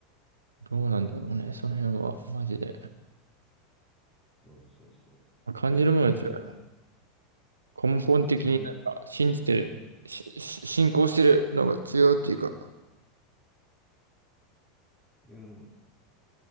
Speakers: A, on the right; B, on the left.
A: どうなんだろうね、その辺は、マジで。
B: そうそうそ
A: 感じるものは違う。
B: う。いや、いいですね。
A: 根本的になんか、
B: でも、
A: 信じてる、し、し信仰してるのが違うっていうか、
B: でも、